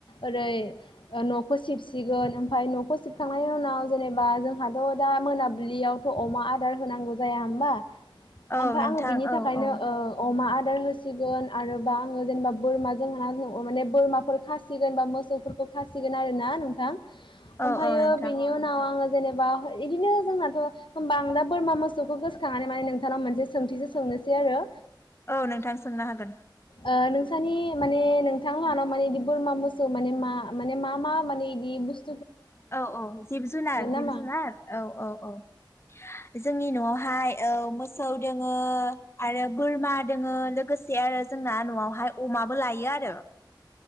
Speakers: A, on the left; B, on the left.
A: ओरै न'खौ सिबसिगोन ओमफाय न'खौ सिबखांनायनि उनाव जेनेबा जोंहाथ' दा मोनाबिलियावथ' अमा आदार होनांगौ जाया होमबा ओमफ्राय
B: औ नोंथां
A: आङो बिनि थाखायनो
B: औ औ।
A: ओ अमा आदार होसिगोन आरोबा आङो जेनेबा बोरमा जों होना माने बोरमाफोर खासिगोन बा मोसौफोरखौ खासिगोन आरोना नोंथां। ओमफ्रायो
B: औ औ नोंथां
A: बेनि उनाव आङो जेनेबा इदिनो जोंनाथ' होमबा आं दा बोरमा मोसौखौ गोसोखांनानै माने नोंथांनाव मोनसे सोंथिसो सोंनोसै आरो
B: औ नोंथां सोंनो हागोन।
A: ओ नोंसानि माने नोंथां लाहानाव माने बिदि बोरमा मोसौ माने मा माने मा मा माने बिदि बुस
B: औ औ जिब जुनार जिब
A: नामा?
B: जुनार औ औ औ जोंनि न'आवहाय औ मोसौ दोङो आरो बोरमा दोङो लोगोसे आरो जोंना न'आवहाय अमाबो लायो आरो